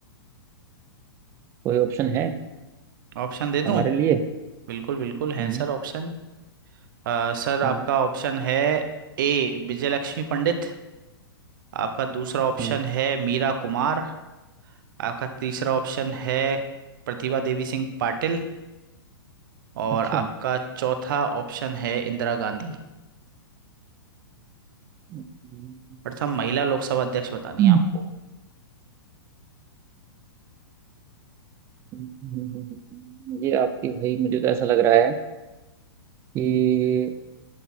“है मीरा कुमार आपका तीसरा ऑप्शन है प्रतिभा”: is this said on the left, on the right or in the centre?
Right